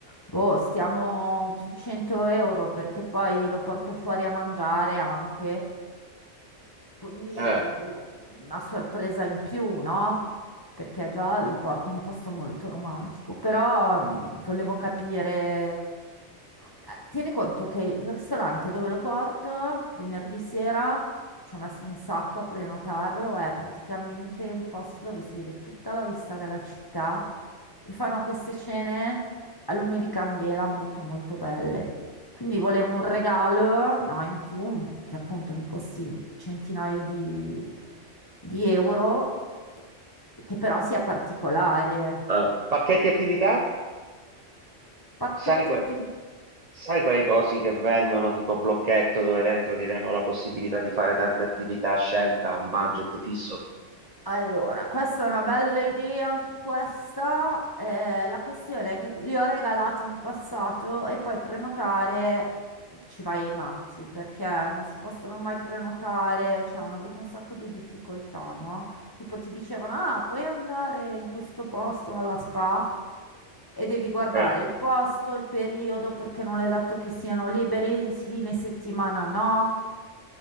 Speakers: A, on the left (about 20°); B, on the right (about 35°).
A: boh, stiamo sui 100 euro, perché poi lo porto fuori a mangiare anche. Quindi
B: Eh,
A: volevo una sorpresa in più, no? Perché già lo porto in un posto molto romantico, però mh, volevo capire... co- eh, Tieni conto che il ristorante dove lo porto venerdì sera ci ho messo un sacco a prenotarlo, è praticamente un posto dove si vede tutta la vista della città e fanno queste cene a lume di candela molto molto belle. Quindi volevo un regalo, no, in più, che appunto mi costi centinaio di, di euro, che però sia particolare.
B: eh. Pacchetti attività?
A: Pacchetti
B: Sai, que-
A: attività.
B: sai quei cosi che vendono tipo blocchetto dove dentro ti danno la possibilità di fare tante attività a scelta a un budget fisso?
A: Allora, questa è una bella idea, anche questa. Eh, la questione è che li ho regalati in passato e poi prenotare ci vai ai matti perché non si possono mai prenotare, cioè hanno avuto un sacco di difficoltà, no? Tipo ti dicevano, ah, puoi andare in questo posto alla spa e devi guardare
B: Eh,
A: il posto, il periodo, perché non è detto che siano liberi, fine settimana no.